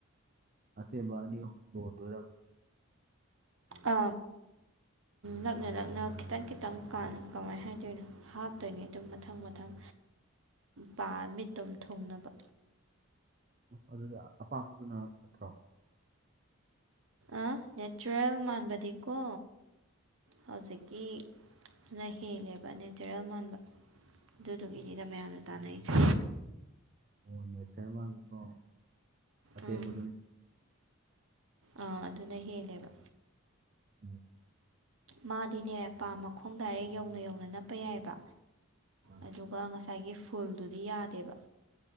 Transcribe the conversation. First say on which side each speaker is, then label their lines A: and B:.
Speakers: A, on the right (about 40°); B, on the right (about 65°).
A: ꯑꯁꯦꯝꯕ ꯑꯅꯤ ꯑꯍꯨꯝ ꯂꯣꯟꯗꯣꯏꯔꯕ꯫
B: ꯑ ꯅꯛꯅ ꯅꯛꯅ ꯈꯤꯇꯪ ꯈꯤꯇꯪ ꯀ ꯀꯃꯥꯏꯅ ꯍꯥꯏꯗꯣꯏꯅꯣ ꯍꯥꯞ ꯇꯣꯏꯅꯦ ꯑꯗꯨꯝ ꯃꯊꯪ ꯃꯊꯪ ꯄꯥ ꯃꯤꯠꯇꯣꯝ ꯊꯨꯡꯅꯕ꯫
A: ꯑꯗꯨꯗꯤ ꯑꯄꯥꯛꯄꯗꯨꯅ ꯐꯠꯇ꯭ꯔꯣ꯫
B: ꯑ ꯅꯦꯆꯔꯦꯜ ꯃꯥꯟꯕꯗꯤꯀꯣ ꯍꯧꯖꯤꯛꯀꯤ꯫ ꯑꯗꯨꯅ ꯍꯦꯜꯂꯦꯕ ꯅꯦꯆꯔꯦꯜ ꯃꯥꯟꯕ ꯑꯗꯨꯗꯨꯒꯤꯅꯤꯗ ꯃꯌꯥꯝꯅ꯫ ꯇꯥꯅꯩꯁꯦ꯫
A: ꯑꯣ ꯁꯔꯃꯃꯤꯣ ꯑꯦꯕꯗꯨꯅꯤ
B: ꯎꯝ ꯑꯥ ꯑꯗꯨꯅ ꯍꯦꯜꯂꯦꯕ꯫
A: <inaudible>
B: ꯃꯥꯗꯤꯅꯦ ꯄꯥ ꯃꯈꯣꯡ ꯗꯥꯏꯔꯦꯛ ꯌꯧꯅ ꯌꯧꯅ ꯅꯞꯄ ꯌꯥꯏꯕ
A: ꯑꯥ
B: ꯑꯗꯨꯒ ꯉꯁꯥꯏ ꯉꯁꯥꯏꯒꯤ ꯐꯨꯜꯗꯨꯗꯤ ꯌꯥꯗꯦꯕ꯫